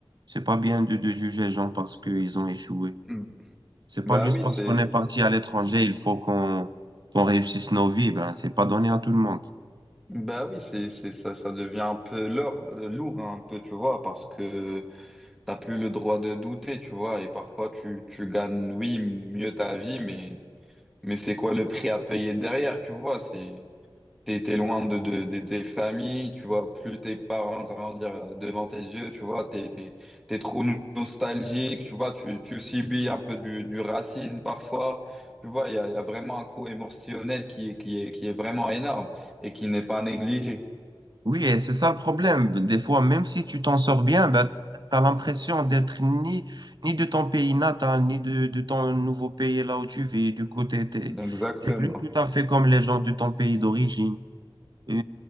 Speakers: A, on the right; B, in the centre.
A: C'est pas bien de, de juger les gens parce qu'ils ont échoué.
B: Mm.
A: C'est
B: Bah
A: pas juste
B: oui,
A: parce
B: c'est
A: qu'on est parti à l'étranger, il faut qu'on qu'on réussisse nos vies. Ben, c'est pas donné à tout le monde.
B: bah oui, c'est c'est ça ça devient un peu lourd, euh, lourd hein, un peu, tu vois, parce que t'as plus le droit de douter, tu vois, et parfois tu tu gagnes oui, mieux ta vie, mais mais c'est quoi le prix à payer derrière, tu vois, c'est T'es, t'es loin de, de, de tes familles, tu vois, plus tes parents grandir euh, devant tes yeux, tu vois, t'es, t'es, t'es trop no- nostalgique, tu vois, tu, tu subis un peu du, du racisme parfois, tu vois, il y a, il y a vraiment un coût émotionnel qui, est- qui est, qui est vraiment énorme et qui n'est pas négligé.
A: Oui, et c'est ça le problème. Des fois, même si tu t'en sors bien, ben, tu as l'impression d'être ni, ni de ton pays natal, ni de, de ton nouveau pays là où tu vis. Du coup, tu t'es,
B: Exactement.
A: t'es plus tout à fait comme les gens de ton pays d'origine. Et,